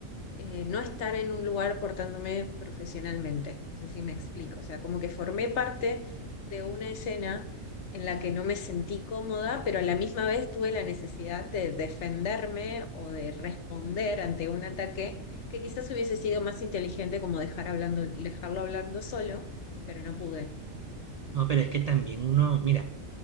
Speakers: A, on the left (about 65°); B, on the right (about 45°).
A: eh, no estar en un lugar portándome profesionalmente. No sé si me explico. O sea, como que formé parte de una escena en la que no me sentí cómoda, pero a la misma vez tuve la necesidad de defenderme o de responder ante un ataque que quizás hubiese sido más inteligente como dejar hablando, dejarlo hablando solo, pero no pude.
B: No, pero es que también uno, mira.